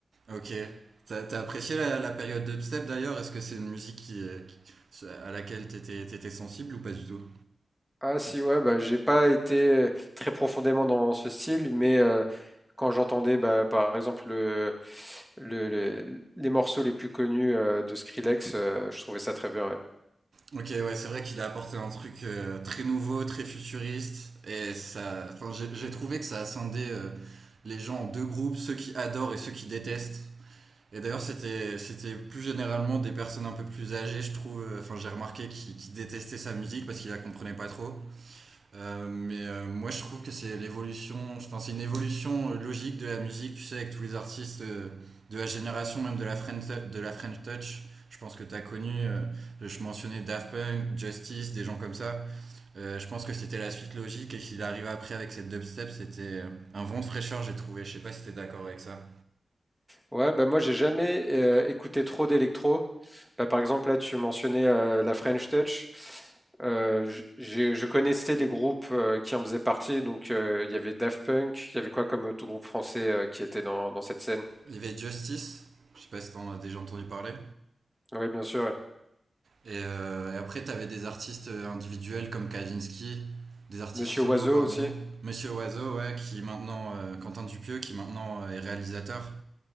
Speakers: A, on the right; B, in the centre.
A: ok. T'as t'as apprécié la, la période dubstep d'ailleurs Est-ce que c'est une musique qui, euh, qui- à laquelle t'étais t'étais sensible ou pas du tout
B: Ah si, ouais, bah, j'ai pas été très profondément dans ce style, mais euh, quand j'entendais bah, par exemple le- le- les morceaux les plus connus euh, de Skrillex, euh, je trouvais ça très bien. Ouais,
A: Ok, ouais, c'est vrai qu'il a apporté un truc euh, très nouveau, très futuriste et ça. Enfin, j'ai j'ai trouvé que ça a scindé euh, les gens en deux groupes, ceux qui adorent et ceux qui détestent. Et d'ailleurs, c'était, c'était plus généralement des personnes un peu plus âgées, je trouve. euh, Enfin, j'ai remarqué qui, qui détestaient sa musique parce qu'ils la comprenaient pas trop. Euh, mais euh, moi, je trouve que c'est l'évolution. Enfin, c'est une évolution euh, logique de la musique. Tu sais, avec tous les artistes euh, de la génération, même de la French, de la French Touch. Je pense que tu as connu, euh, je mentionnais Daft Punk, Justice, des gens comme ça. Euh, je pense que c'était la suite logique et qu'il arrive après avec cette dubstep, c'était euh, un vent de fraîcheur, j'ai trouvé. Je sais pas si tu es d'accord avec ça.
B: Ouais, bah moi j'ai jamais euh, écouté trop d'électro. Bah, par exemple là tu mentionnais euh, la French Touch. Euh, j- j'ai- je connaissais les groupes euh, qui en faisaient partie, donc euh, il y avait Daft Punk, il y avait quoi comme autre groupe français euh, qui était dans, dans cette scène?
A: Il y avait Justice, je sais pas si t'en as déjà entendu parler.
B: Oui, bien sûr. ouais.
A: Et, euh, et après, t'avais des artistes individuels comme Kavinsky, des artistes
B: Monsieur
A: solo,
B: Oiseau
A: pardon.
B: aussi.
A: Monsieur Oiseau, ouais, qui maintenant, euh, Quentin Dupieux, qui maintenant euh, est réalisateur.